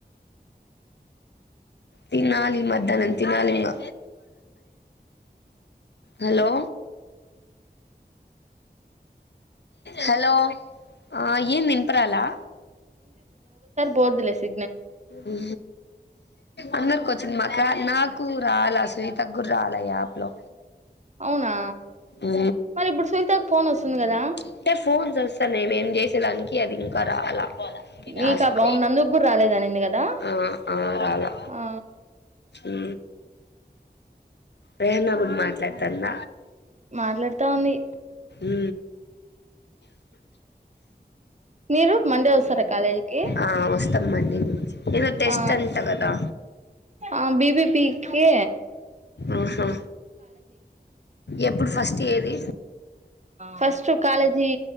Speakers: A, on the left; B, on the right.
A: తినాలి మధ్యానం తినాలి ఇంగ హలో హలో ఆ ఏంది వినపరాలే
B: పొద్దులేసి
A: ఊ అందరికి వచ్చింది మాకు నాకు రాలా శ్వేత గురు రాల యాప్ లో
B: అవునా
A: ఊ
B: మరి ఇప్పుడు సునీతకు ఫోన్ వస్తుంది కదా
A: అంటే ఫోన్స్ వస్తాన్నాయి మేము చేసేదానికి అది ఇంకా రాల
B: మీకు
A: టాస్క్
B: అవును నందుకు కూడా రాలేదనింది కదా
A: ఆ ఆ రాలే
B: ఆ
A: ఉ రేహన్నా <unintelligible> మాట్లాడతాన్న
B: మాట్లాడుతా ఉంది
A: <inaudible> ఊ
B: మీరు మండే వస్తారా కాలేజ్ కి
A: ఆ వస్తామండి ఏదో టెస్ట్
B: ఆ
A: అంట కదా
B: ఆ బిబిపీకి
A: ఓసో ఎప్పుడు ఫస్ట్ ఏది
B: ఫస్ట్ కాలేజీ